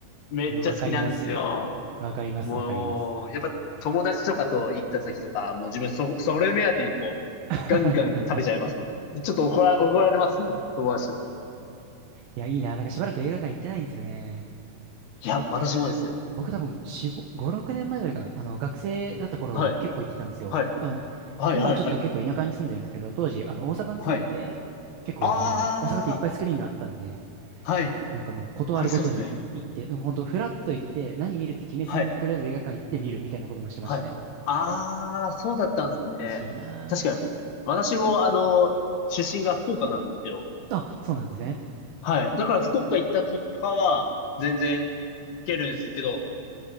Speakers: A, on the left; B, on the right.
A: めっちゃ好きなんですよ。
B: いや、わかりますよ。わかります、
A: もう、
B: わかります。
A: やっぱ友達とかと行った時とか、もう自分そ、それ目当てにこう、
B: <laughs>
A: ガンガン食べちゃいますもん。でちょっと怒ら、怒られますもん、友達と。
B: いや、いいな。なんかしばらく映画館行ってないんですよね。
A: いや、
B: 僕、
A: 私もです。
B: 僕多分4、5、5 6年前ぐらいかな。あの、学生だった頃は結構行ってたんですよ。
A: はい、はい、
B: あの、
A: はい、
B: 今ちょっと結構田舎に住んでるんですけど、
A: はい、はい、
B: 当時、あの、大阪に住んでて、
A: はい。
B: 結構あの、
A: あ
B: 大阪っていっぱいスクリーンがあったんで、
A: あ、はい。
B: なんかもうことあるごとに行って、
A: ありそうですね。
B: 本当フラッと行って、何見るって決めずに、
A: はい、
B: とりあえず映画館行って見るみたいなこともしてましたね。
A: はい。ああ、そうだったんですね。
B: おかしいな
A: 確かに。私も、あの、出身が福岡なんですよ。
B: ぁあ、そうなんですね。
A: はい。だから福岡行った時とかは、全然行けるんですけど、